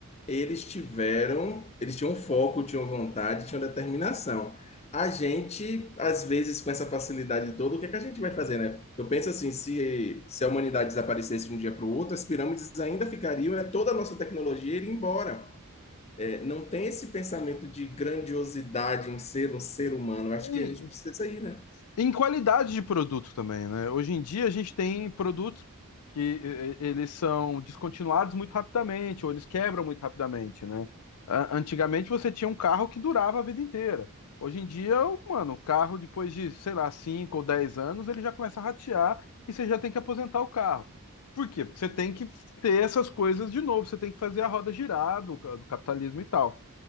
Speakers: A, on the left; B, on the left.
A: eles tiveram, eles tinham foco, tinham vontade, tinham determinação. A gente, às vezes, com essa facilidade toda, o que é que a gente vai fazer, né? Eu penso assim, se, se a humanidade desaparecesse de um dia para o outro, as pirâmides ainda ficariam, né? Toda a nossa tecnologia iria embora. É, não tem esse pensamento de grandiosidade em ser um ser humano. Eu acho
B: E
A: que a gente precisa sair, né?
B: Em qualidade de produto também, né? Hoje em dia a gente tem produtos que eh, eh, eles são descontinuados muito rapidamente, ou eles quebram muito rapidamente, né? A- Antigamente você tinha um carro que durava a vida inteira. Hoje em dia, mano, o carro depois de, sei lá, 5 ou 10 anos, ele já começa a ratear e você já tem que aposentar o carro. Por quê? Porque você tem que ter essas coisas de novo, você tem que fazer a roda girar do, ca- do capitalismo e tal.